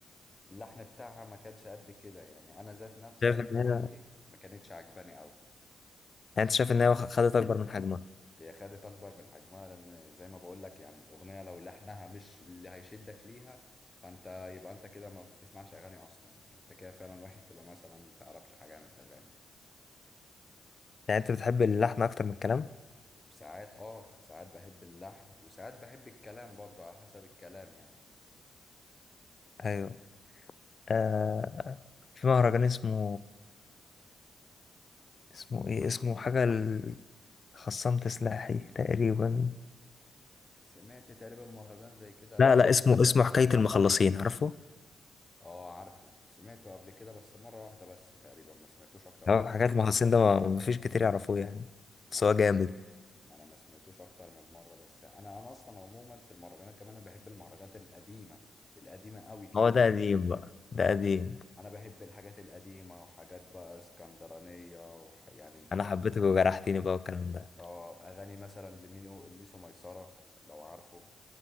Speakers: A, on the left; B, on the left.
A: اللحن بتاعها ما كانش قد كده يعني انا ذات نفسي
B: شايف
A: انا
B: ان
A: كرأيي
B: هي يعني
A: ما كانتش عجباني قوي
B: انت شايف ان هي واخ- خدت اكبر من حجمها
A: هي خدت اكبر من حجمها لان زي ما بقول لك يعني الاغنيه لو لحنها مش اللي هيشدك ليها فانت يبقى انت كده ما بتسمعش اغاني اصلا يعني انت كده فعلا واحد تبقى مثلا ما تعرفش حاجه عن الاغاني
B: يعني انت بتحب اللحن اكتر من الكلام
A: ساعات اه ساعات بحب اللحن وساعات بحب الكلام برضو على حسب الكلام يعني
B: ايوه آه في مهرجان اسمه اسمه ايه اسمه حاجة ال- خصام تسلاحي تقريبا
A: سمعت تقريبا مهرجان زي كده قبل
B: لا لا اسمه
A: كده
B: اسمه حكاية المخلصين عارفه
A: اه عارفه سمعته قبل كده بس مره واحده بس تقريبا ما سمعتوش اكتر
B: هو
A: من
B: حكاية المخلصين ده ما ما فيش كتير يعرفوه يعني
A: ما
B: بس
A: انا
B: هو جامد
A: ما انا ما سمعتوش اكتر من مره بس انا انا اصلا عموما في المهرجانات كمان انا بحب المهرجانات القديمه القديمه قوي كمان
B: هو ده قديم بقى ده قديم
A: انا بحب الحاجات القديمه وحاجات بقى اسكندرانيه وح... يعني
B: انا حبيتك وجرحتني بقى والكلام ده
A: اه اغاني مثلا لمينو ميسو ميسره لو عارفه